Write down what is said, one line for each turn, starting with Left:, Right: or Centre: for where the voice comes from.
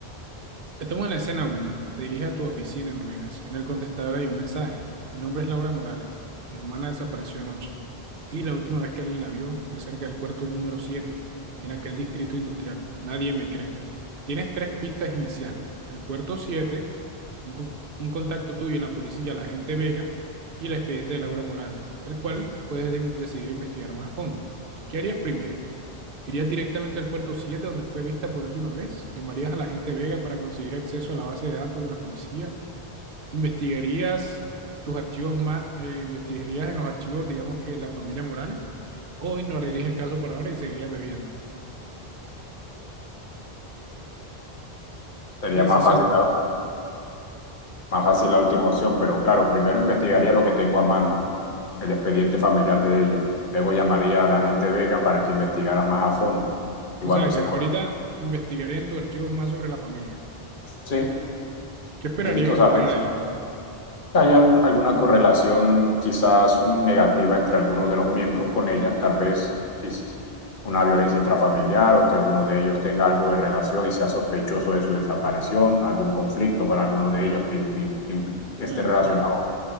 Right: Estamos en la escena uno. Te diriges a tu oficina en ruinas. En el contestador hay un mensaje. Mi nombre es Laura Morales. Mi hermana desapareció anoche. Y la última vez que alguien la vio fue cerca del puerto número 7, en aquel distrito industrial. Nadie me cree. Tienes tres pistas iniciales. El puerto 7, un, co- un contacto tuyo en la policía, la agente Vega, y el expediente de Laura Morales, el cual puedes de- decidir investigar más a fondo. ¿Qué harías primero? ¿Irías directamente al puerto 7 donde fue vista por última vez? ¿Llamarías a la gente Vega para conseguir acceso a la base de datos de la policía? ¿Investigarías tus archivos más, eh, investigarías en los archivos, digamos que la familia Morales? ¿O ignorarías el caso por ahora y seguirías bebiendo?
Left: Sería
Right: ¿Qué decisión
Left: más fácil,
Right: tomas?
Left: la- más fácil la última opción, pero claro, primero investigaría lo que tengo a mano, el expediente familiar de ella. Luego llamaría a la gente Vega para que investigara más a fondo. Y
Right: O
Left: cuando
Right: sea, que
Left: se
Right: ahorita
Left: coloque,
Right: investigarías en tus archivos más sobre la familia.
Left: sí
Right: ¿Qué esperarías
Left: necesito
Right: encontrar
Left: saber si
Right: ahí?
Left: hay algún- alguna correlación quizás un- negativa entre algunos de los miembros con ella, tal vez quizás una violencia intrafamiliar o que alguno de ellos tenga algo de relación y sea sospechoso de su desaparición, algún conflicto con alguno de ellos que, que- que
Right: Bueno,
Left: esté relacionado